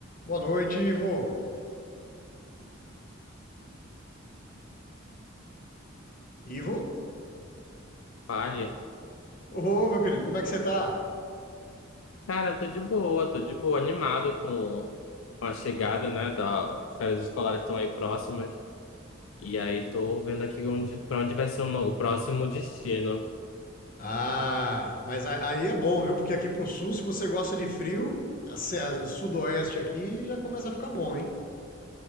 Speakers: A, on the left; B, on the left.
A: Boa noite, Ivo. Ivo?
B: Vale.
A: Ô, meu querido, como é que você tá?
B: Cara, tô de boa, tô de boa, animado com com a chegada, né? Da, as férias escolares estão aí próximas. E aí tô vendo aqui onde, pra onde vai ser o, no- o próximo destino.
A: Ah, mas a- aí é bom, viu? Porque aqui pro sul, se você gosta de frio, a se- a- sudoeste aqui já começa a ficar bom, hein?